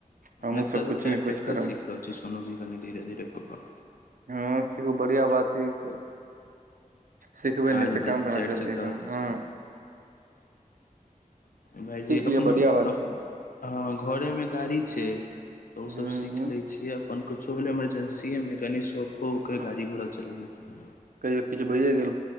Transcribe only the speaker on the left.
एतऽ तऽ
चारि
चक्का
सीख रहल छी सोनूजी कनि धीेरे धीरे कऽ कऽ
काज
देत
चारि
चक्का
भाइजी
अपने
अप
हँ घरेमे गाड़ी छै
तऽ ओसभ सीख लैत छियै अपन कुछो भेलै इमरजेन्सीएमे कनि सौखोके
गाड़ी घोड़ा चलबैके